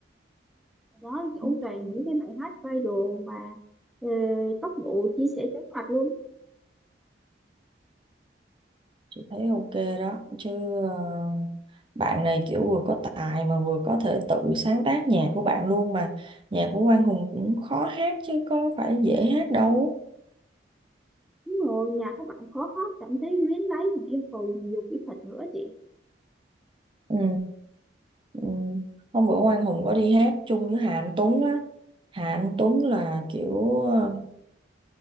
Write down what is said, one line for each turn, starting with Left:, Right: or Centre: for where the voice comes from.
Centre: đó kiểu
Right: ok
Centre: toàn những cái bài hát viral mà ờ, tốc độ chia sẻ chóng mặt luôn
Right: thấy ok đó chứ ờ, bạn này kiểu vừa có tài mà vừa có thể tự sáng tác nhạc của bạn luôn mà nhạc của Quang Hùng cũng khó hát chứ có phải dễ hát đâu
Centre: đúng rồi nhà của bạn khó hát cảm thấy luyến lấy mà yêu cầu nhiều kỹ thuật nữa chị
Right: ừ, ừ. hôm bữa Quang Hùng có đi hát chung với Hà Anh Tuấn á Hà Anh Tuấn là kiểu ờ,